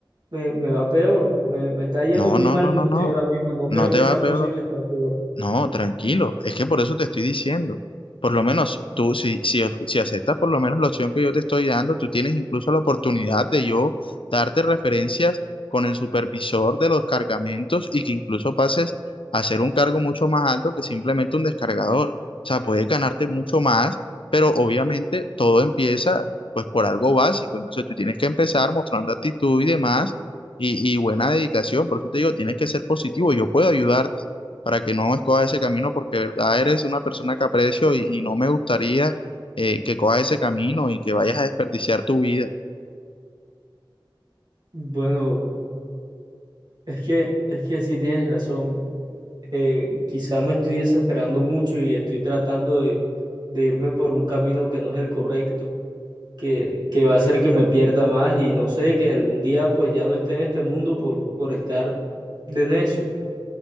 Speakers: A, on the right; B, on the left.
A: me, me va peor, me, me está yendo
B: No,
A: muy
B: no,
A: mal
B: no,
A: como
B: no, no.
A: estoy ahora mismo, no creo
B: No te
A: que
B: va
A: sea
B: peor.
A: posible estar peor.
B: No, tranquilo, es que por eso te estoy diciendo. Por lo menos tú, si, si, si aceptas por lo menos la opción que yo te estoy dando, tú tienes incluso la oportunidad de yo darte referencias con el supervisor de los cargamentos y que incluso pases a ser un cargo mucho más alto que simplemente un descargador. O sea, puedes ganarte mucho más, pero obviamente todo empieza pues por algo básico. Entonces tú tienes que empezar mostrando actitud y demás y, y buena dedicación. Por eso te digo, tienes que ser positivo, yo puedo ayudarte para que no escoja ese camino, porque de verdad eres una persona que aprecio y, y no me gustaría eh, que cojas ese camino y que vayas a desperdiciar tu vida.
A: Bueno, es que, es que sí tienes razón. eh, quizá me estoy desesperando mucho y estoy tratando de, de irme por un camino que no es el correcto, que, que va a hacer que me pierda más y no sé, que algún día pues ya no esté en este mundo por, por estar de necio.